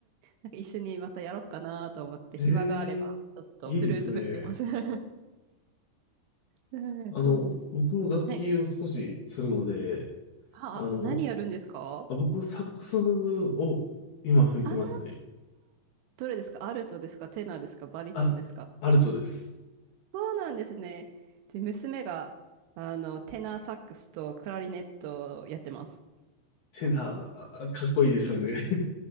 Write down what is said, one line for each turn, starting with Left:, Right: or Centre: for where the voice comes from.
Right: なんか一緒にまたやろうかなと思って、
Left: え
Right: 暇があれば、
Left: え、
Right: ちょっとフルート吹いてます。
Left: いいですね。
Right: <laughs> うんそうですね。
Left: あの、僕も楽器を少しするので、
Right: はい。あ、
Left: あの、
Right: 何やるんですか
Left: あ、僕、サックスを今吹いてますね。
Right: ああー、どれですかアルトですかテナーですかバリトンですか
Left: あ、アルトです。
Right: そうなんですね。で、娘が、あの、テナーサックスとクラリネットをやってます。
Left: てな、あかっこいいですよね。